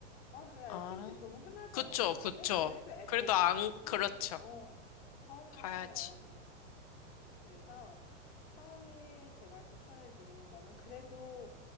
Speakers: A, on the left (about 55°); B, on the left (about 30°).
A: 어, 야,
B: 아,
A: 에펠탑 너무 흔하잖아
B: 그쵸,
A: 했는데,
B: 그쵸.
A: 그래도 에펠탑을
B: 그래도 안,
A: 안 보고
B: 그렇죠.
A: 오면, 어, 서운하잖아요.
B: 가야지.
A: 그래서 처음에 제가 추천을 드리는 거는 그래도